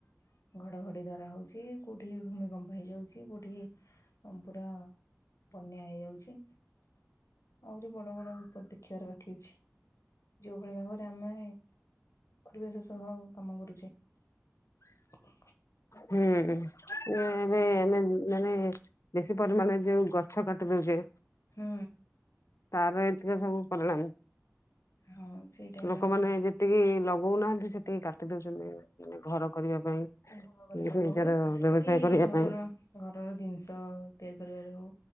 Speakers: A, on the left; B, on the left.
A: ଘଡଘଡି ଦ୍ଵାରା ହଉଛି, କୋଉଠି ଭୂମିକମ୍ପ ହେଇଯାଉଛି। କୋଉଠି ପୁରା ବନ୍ୟା ହେଇଯାଉଛି। ଆହୁରି ବଡ଼ ବଡ଼ ବିପଦ ଦେଖିବାର ବାକି ଅଛି। ଯୋଉ ଭଳି ଭାବରେ ଆମେ ପରିବେଶ ସହ କାମ କରୁଛେ। ହ
B: ହୁଁ, ଏବେ ଆମେ ମାନେ ବେଶି ପରିମାଣରେ ଯୋଉ ଗଛ କାଟିଦଉଛେ।
A: ହୁଁ।
B: ତାର ଏତିକ ସବୁ ପରିଣାମ।
A: ହଁ ସେଇଟା ହେଲା
B: ଲୋକମାନେ
A: କଥା।
B: ଯେ ତିକି ଲଗଉନାହାନ୍ତି, ସେତିକି କାଟି ଦଉଛନ୍ତି, ମାନେ ଘର କରିବା ପାଇଁ।
A: <inaudible> କରିବା
B: କି
A: ହଉ
B: ନିଜର ବ୍ୟବସାୟ
A: କି
B: କରିବା
A: ଘରର
B: ପାଇଁ
A: ଘରର ଜିନିଷ ତିଆରି କରିବାରେ ହଉ